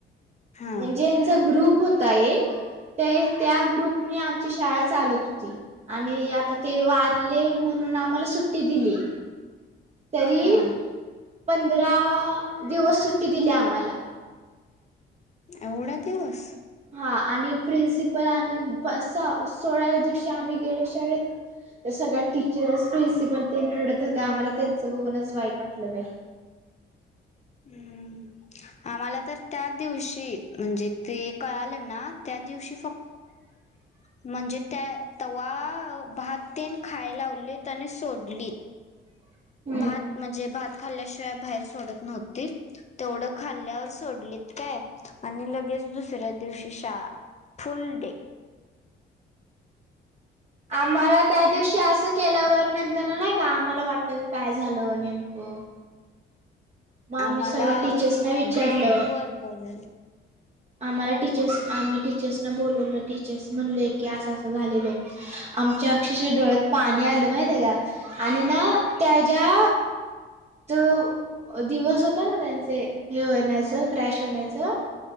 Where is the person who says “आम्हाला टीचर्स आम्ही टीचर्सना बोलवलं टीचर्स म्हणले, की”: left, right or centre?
Right